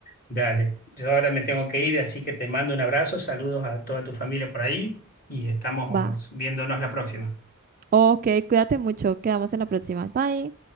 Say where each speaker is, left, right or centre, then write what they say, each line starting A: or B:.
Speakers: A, on the left; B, on the right.
A: Dale, yo ahora me tengo que ir, así que te mando un abrazo, saludos a toda tu familia por ahí y estamos
B: Va.
A: viéndonos la próxima.
B: Ok, cuídate mucho. Quedamos en la próxima. Bye.